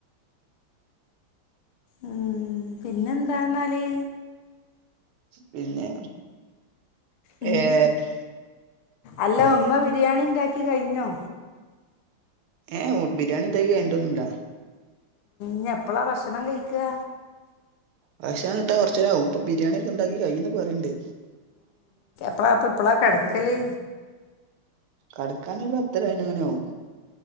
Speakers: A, on the left; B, on the right.
A: ഉം പിന്നെ ന്താന്നാല്?
B: പിന്നെ.
A: ഉം.
B: ഏഹ്
A: അല്ല ഉമ്മ ബിരിയാണി ഉണ്ടാക്കി കഴിഞ്ഞോ?
B: ഏഹ് ബിരിയാണി ഉണ്ടാക്കി കഴിഞ്ഞിട്ട് ഒന്നുല്ല.
A: ഞ് എപ്പോള ഭക്ഷണം കഴിക്കുക?
B: ഭക്ഷണം കിട്ടാൻ കുറച്ചരാവും ഇപ്പോ ബിരിയാണി ഉണ്ടാക്കി കഴിയുന്ന് പറയണ്ട്.
A: പ്ലാ അപ്പ എപ്പോളാ കെടക്കല്
B: കടക്കാൻ ഒരു പത്തര പതിനൊന്ന് മണിയാവും